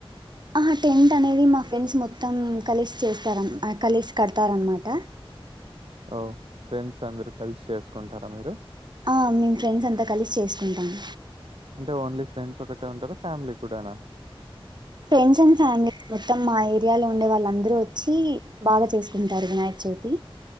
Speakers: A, on the right; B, on the right.
A: హహ టెంట్ అనే ది మా ఫ్రెండ్స్ మొత్తం కలిస్ చేస్తారన్ ఆ కలిసి కడతారన్మాట
B: ఓ ఫ్రెండ్స్ అందరు కలిసి చేసుకుంటారా మీరు
A: హ మేము ఫ్రెండ్స్ అంతా కలిసి చేసుకుంటము
B: అంటే ఓన్లీ ఫ్రెండ్స్ ఒకటే ఉంటారు ఫ్యామిలీ కూడానా
A: ఫ్రెండ్స్ అండ్ ఫ్యామిలీ మొత్తం మా ఏర్ యాలో ఉండే వాళ్ళందరూ వచ్చి బాగా చేసుకుంటారు వినాయక్ చవితి